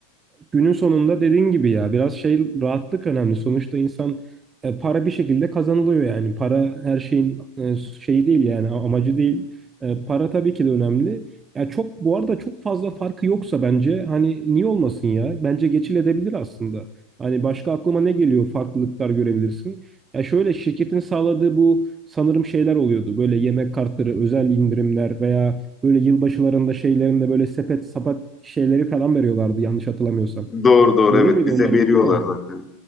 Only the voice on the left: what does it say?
Doğru doğru
evet
bize
veriyorlar
zaten.